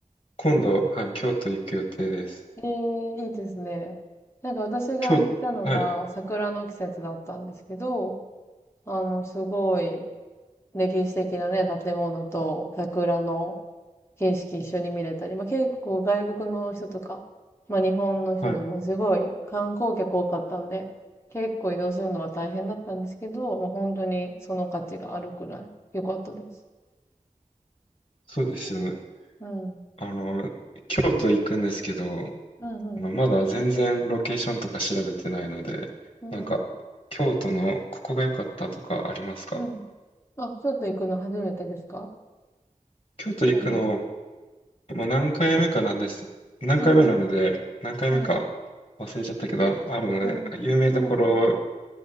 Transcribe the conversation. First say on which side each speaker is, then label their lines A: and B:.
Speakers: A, on the left; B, on the left.
A: 今度、はい、京都行く予定です。
B: ええいいですね。なんか私が行ったのが桜の季節だったんですけど、
A: 京、はい、
B: あの、すごい歴史的なね、建物と桜の景色一緒に見れたり、まあ、結構外国の人とか、まあ、日本の人でもすごい観光客多かったんで、
A: はい、
B: 結構移動するのは大変だったんですけど、まあ、本当にその価値があるくらい良かったです。
A: そうですよね。
B: うん。
A: あの、京都行くんですけど、あ
B: うんうん。
A: の、まだ全然ロケーションとか調べてないので、
B: うん。
A: なんか、京都のここが良かったとかありますか
B: うん。あ、ちょっと行くの初めてですか
A: 京都行くの、
B: 今度。
A: もう何回目かなんです。何回目なので、
B: うんうん。
A: 何回目か
B: うん。
A: 忘れちゃったけど、あるので、
B: うん。
A: 有名どころ
B: うん。